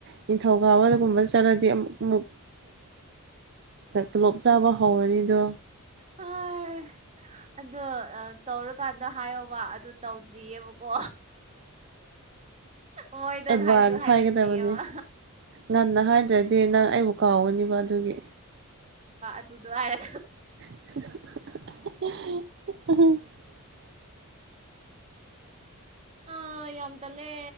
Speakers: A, on the right; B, on the right.
A: ꯅꯤꯡꯊꯧꯀꯥꯕ ꯑꯗꯨꯒꯨꯝꯕ ꯆꯠꯂꯗꯤ ꯑꯃꯨꯛ ꯇꯣꯂꯣꯞ ꯆꯥꯕ ꯍꯧꯔꯅꯤꯗꯣ
B: ꯑꯥ ꯑꯗꯣ ꯇꯧꯔꯀꯥꯟꯗ ꯍꯥꯏꯌꯣꯕ ꯑ ꯇꯧꯗ꯭ꯔꯤꯌꯦꯕꯀꯣ ꯃꯣꯏꯗꯣ
A: ꯑꯦꯠꯚꯥꯟꯁ
B: ꯍꯥꯏꯁꯨ ꯍꯥꯏꯔꯛꯇ꯭ꯔꯤꯑꯕ
A: ꯍꯥꯏꯒꯗꯕꯅꯦ ꯉꯟꯅ ꯍꯥꯏꯗ꯭ꯔꯗꯤ
B: ꯑ,
A: ꯅꯪ ꯑꯩꯕꯨ ꯀꯥꯎꯒꯅꯦꯕ ꯑꯗꯨꯒꯤ
B: ꯑꯗꯨꯗ ꯍꯥꯏꯔ
A: ꯎ
B: ꯑ ꯌꯥꯝ ꯇꯜꯂꯦ